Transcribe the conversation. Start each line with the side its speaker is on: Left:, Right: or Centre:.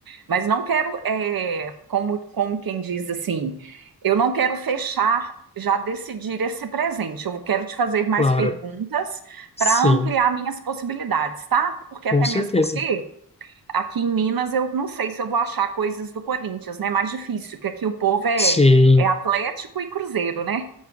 Right: Mas não quero, é, como, como quem diz assim, eu não quero fechar, já decidir esse presente. Eu quero te fazer mais
Left: Claro.
Right: perguntas
Left: Sim,
Right: para ampliar minhas possibilidades, tá? Porque
Left: com
Right: até
Left: certeza.
Right: mesmo porque aqui em Minas eu não sei se eu vou achar coisas do Corinthians, né? É mais difícil, porque aqui o povo é,
Left: Sim.
Right: é Atlético e Cruzeiro, né?